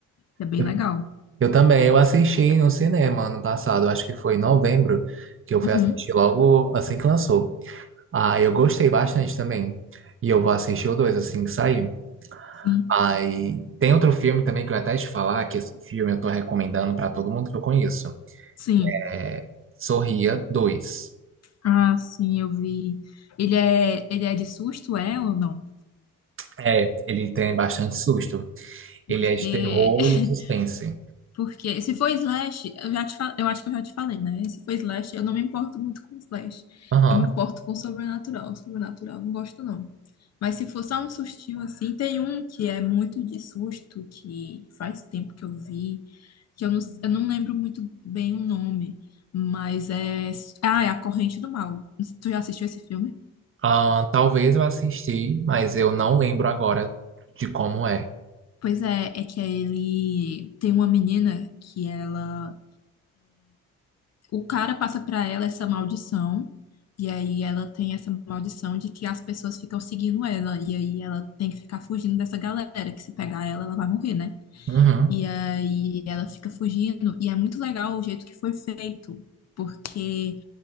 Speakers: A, on the left; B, on the right.
A: É bem
B: Eu,
A: legal.
B: eu também. Eu assisti no cinema ano passado. Acho que foi em novembro que eu fui
A: Uhum,
B: assistir logo assim que lançou. Ah, eu gostei bastante também. E eu vou assistir o dois assim que sair.
A: sim,
B: Aí tem outro filme também que eu ia até te falar, que esse filme eu tô recomendando pra todo mundo que eu conheço.
A: sim.
B: É Sorria dois.
A: Ah, sim, eu vi. Ele é, ele é de susto, é ou não?
B: É, ele tem bastante susto.
A: Porque
B: Ele é de terror
A: <laughs>
B: e suspense.
A: porque se for slash, eu já te fa- eu acho que eu já te falei, né? Se for slash, eu não me importo muito com slash.
B: Aham.
A: Eu me importo com sobrenatural. Sobrenatural, não gosto não. Mas se for só um sustinho assim, tem um que é muito de susto, que faz tempo que eu vi, que eu não, eu não lembro muito bem o nome, mas é. Ah, é A Corrente do Mal. Tu já assistiu esse filme?
B: Ah, talvez eu assisti, mas eu não lembro agora de como é.
A: Pois é, é que ele tem uma menina que ela. O cara passa pra ela essa maldição, e aí ela tem essa maldição de que as pessoas ficam seguindo ela, e aí ela tem que ficar fugindo dessa galera, que se pegar ela, ela vai morrer, né?
B: Uhum.
A: E aí ela fica fugindo. E é muito legal o jeito que foi feito, porque